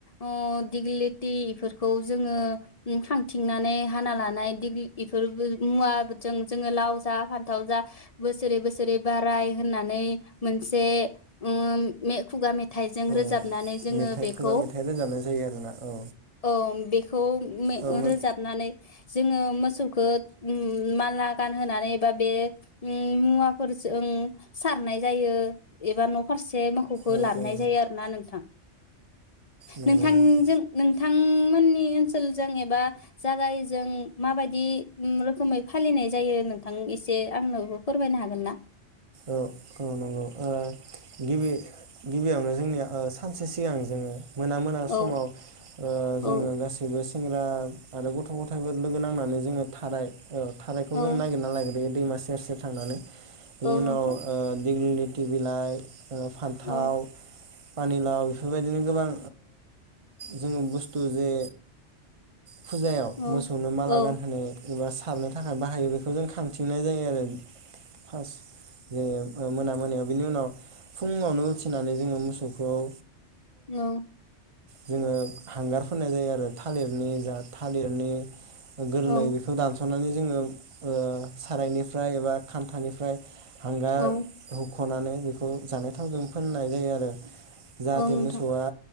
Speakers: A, on the left; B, on the right.
A: ओ दिग्लिलिति इफोरखौ जोङो उम खाथिंनानै हाना लानाय दिग्लि इफोरबो मुवाजों जोङो लाव जा फान्थाव जा बोसोरै बोसोरै बाराय होननानै मोनसे ओम मे खुगा मे थाइजों
B: औ
A: रोजाबनानै जोङो
B: मेथाइ
A: बेखौ
B: खुगा मेथाइ रोजाबनाय जायो आरोना औ
A: औं बे खौ मे
B: औ नों
A: रोजाबनानै जोङो मोसौखो उम माला गानहोनानै एबा बे उम मुवाफोरजों सारनाय जायो एबा न' फार से मोखौखो
B: औ
A: ला मोननाय
B: औ
A: जायो आरो ना नोंथां।
B: नंगौ
A: नोंथां
B: नंगौ
A: जों नोंथा नोंमोननि ओनसोलजों एबा जागायजों माबायदि उम रोखोमै फालिनाय जायो नोंथां एसे आंनोबो फोरमायनो हागोन ना?
B: औ औ नंगौ ओ गिबि गिबियावनो जोंनिया ओ सानसे सिगां जोङो मोना मोना समाव
A: औ
B: ओ
A: औ
B: जोङो गासैबो सेंग्रा आरो गथ' गथायफोर लोगो नांनानै जोङो थाराय औ थारायखौ
A: औ
B: जों नागिरना लायग्रोयो दैमा सेर सेर थांनानै
A: औ नोंथां
B: न आ दगलि फथि बिलाइ फान्थाव
A: औ
B: पानिलाव बेफोरबायदिनो गोबां जोङो बुस्थु जे फुजायाव
A: औ
B: मोसौनो माला
A: औ
B: गानहो एबा सारनो थाखाय बाहायो बेखौ जों खांथिंनाय जायो आरो फार ज मोना मोनायाव बिनि उनाव फुंङावनो उथिनानै जोंङो मोसौखौ खौ
A: औ
B: जोंङो हांगार फोननाय जायो आरो थालिरनि जा थालिरनि गोरलै
A: औ
B: बेखौ दानस सथनानै जोंङो सारायनिफ्राय एबा खान्थानिफ्राय हांगार
A: औ
B: खनानै बेखौ जानाय थावजों फोननाय जायो आरो जाहाथे
A: औ नोंथां
B: मोसौआ